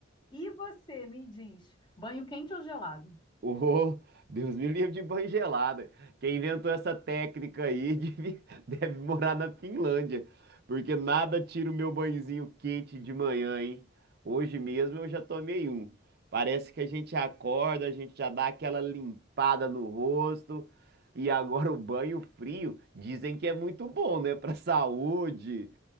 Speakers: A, on the left; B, on the right.
A: E você me diz, banho quente ou gelado?
B: Ô, Deus me livre de banho gelado. Quem inventou essa técnica aí deve, <laughs> deve morar na Finlândia, porque nada tira o meu banhozinho quente de manhã, hein? Hoje mesmo eu já tomei um. Parece que a gente acorda, a gente já dá aquela limpada no rosto, e agora o banho frio dizem que é muito bom, né, para saúde.